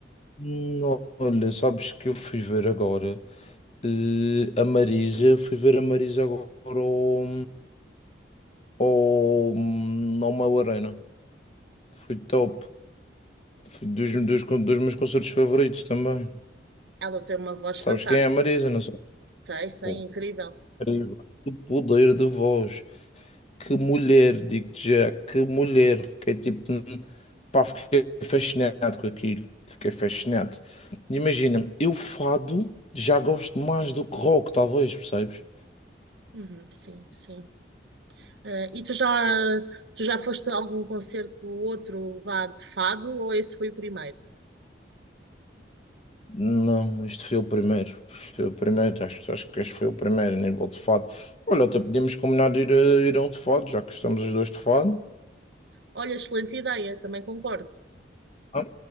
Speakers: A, on the left (about 35°); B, on the right (about 80°).
A: Não, olha, sabes que eu fui ver agora. Eh, a Marisa, fui ver a Marisa agora ao, ao, ao Mel Arena. Foi top. Foi dos, dos, dos meus concertos favoritos também.
B: Ela tem uma voz
A: Sabes
B: fantástica.
A: quem é a Marisa? Não sei.
B: Sei, sei,
A: Pô,
B: incrível.
A: incrível. O poder de voz. Que mulher, digo-te já, que mulher. Fiquei tipo, hum, pá, fiquei fascinado com aquilo. Fiquei fascinado. Imagina, eu fado já gosto mais do que rock, talvez, percebes?
B: Uhum, sim, sim. Ah, e tu já, tu já foste a algum concerto ou outro vá de fado ou esse foi o primeiro?
A: Não, este foi o primeiro. Este foi o primeiro, acho, acho que este foi o primeiro, nem vou de fado. Olha, até podíamos combinar de ir, a- ir a um de fado, já que estamos os dois de fado.
B: Olha, excelente ideia, também concordo.
A: Ah,